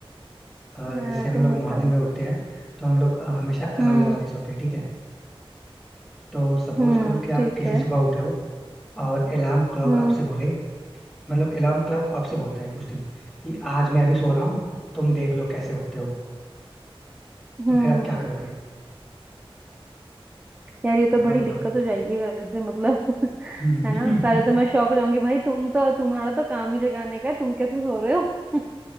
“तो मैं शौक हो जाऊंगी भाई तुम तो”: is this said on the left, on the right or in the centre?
Right